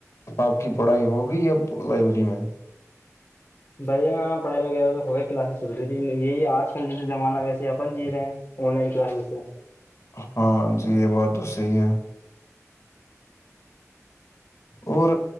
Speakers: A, on the left; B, on the left.
A: آپ کی پڑھائی ہوگئی اب لائبریری میں
B: بھیا پڑھائی وغیرہ تو ہوگا کلاسز چل رہی تھی یہ آج کل جیس زمانہ ویسے اپن جی رہے ہیں آن لائن کلاسز سے
A: ہاں جی یہ بات تو صحیح ہے اور